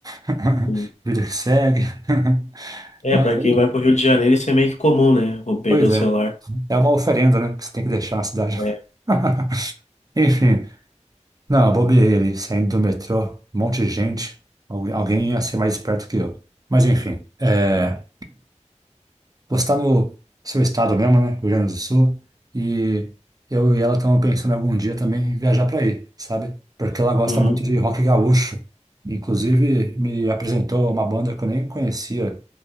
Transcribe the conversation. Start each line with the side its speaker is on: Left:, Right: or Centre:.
Right: <laughs>
Left: sim.
Right: vida que segue. <laughs>
Left: É,
Right: Mas
Left: pra quem
Right: aí,
Left: vai pro Rio de Janeiro, isso é meio que comum, né? Vou perder
Right: pois
Left: o
Right: é,
Left: celular.
Right: é uma oferenda, né? Que você tem que deixar na cidade.
Left: É.
Right: <laughs> Enfim, não, eu bobeei ali, saindo do metrô, um monte de gente. Algu- Alguém ia ser mais esperto que eu. Mas enfim, é, postar no seu estado mesmo, né? Rio Grande do Sul. E eu e ela estamos pensando em algum dia também viajar para aí, sabe? Porque ela gosta
Left: Uhum.
Right: muito de rock gaúcho. Inclusive, me apresentou uma banda que eu nem conhecia,